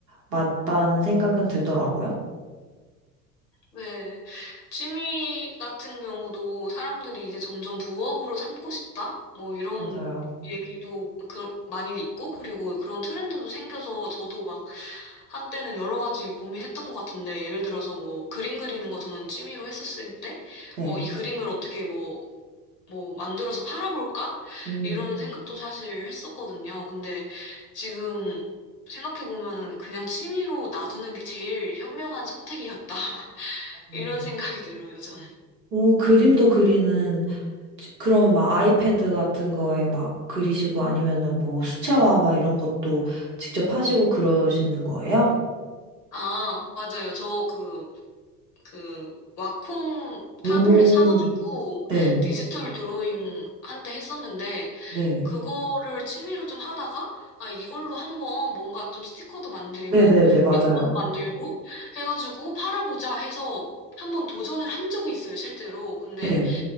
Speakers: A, on the right; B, on the left.
A: 맞다는 생각은 들더라고요.
B: 네. 취미 같은 경우도 사람들이 이제 점점 부업으로 삼고 싶다? 뭐 이런
A: 맞아요.
B: 얘기도 그, 많이 있고, 그리고 그런 트렌드도 생겨서 저도 막 한때는 여러 가지 고민했던 것 같은데, 예를 들어서 뭐 그림 그리는 거 저는 취미로 했었을 때,
A: 네.
B: 어, 이 그림을 어떻게 뭐, 뭐 만들어서 팔아볼까?
A: 오.
B: 이런 생각도 사실 했었거든요. 근데 지금 생각해보면 그냥 취미로 놔두는 게 제일 현명한 선택이었다. <laughs>
A: 음.
B: 이런 생각이 들어요, 저는.
A: 오, 그림도 그리는, 지- 그러면 막 아이패드 같은 거에 막 그리시고 아니면은 뭐 수채화 막 이런 것도 직접 하시고 그러시는 거예요?
B: 아, 맞아요. 저 그, 그, 와콩
A: 오,
B: 타블렛 사가지고
A: 네.
B: 디지털 드로잉 한때 했었는데,
A: 네.
B: 그거를 취미로 좀 하다가, 아, 이걸로 한번 뭔가 좀 스티커도 만들고,
A: 네네네, 맞아요.
B: 엽서도 만들고, 해가지고 팔아보자 해서 한번 도전을 한 적이 있어요, 실제로. 근데
A: 네.